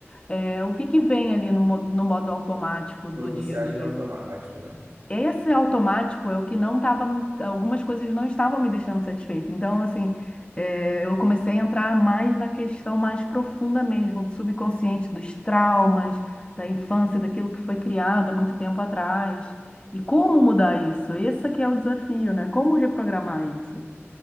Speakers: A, on the left (about 25°); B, on the right (about 75°).
A: é, o que que vem ali no, mo- no modo automático do
B: quando você
A: dia a
B: age
A: dia?
B: no automático, né?
A: esse automático é o que não estava, algumas coisas não estavam me deixando satisfeita. Então, assim, eh, eu comecei a entrar mais na questão mais profunda mesmo, do subconsciente, dos traumas, da infância, daquilo que foi criado há muito tempo atrás. E como mudar isso? Esse aqui é o desafio, né? Como reprogramar
B: E,
A: isso?